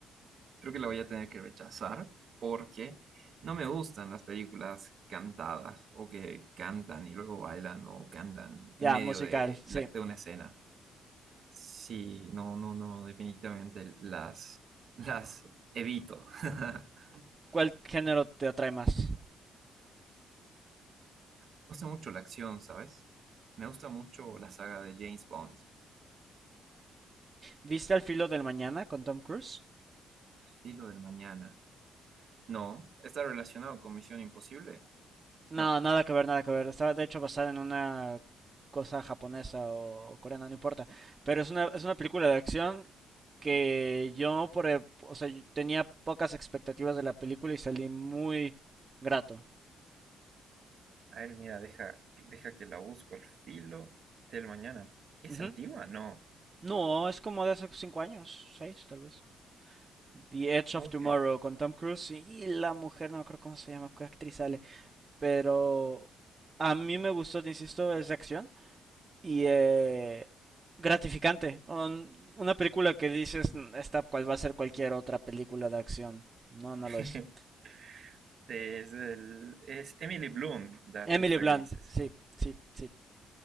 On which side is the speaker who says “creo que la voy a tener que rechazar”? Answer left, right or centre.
Right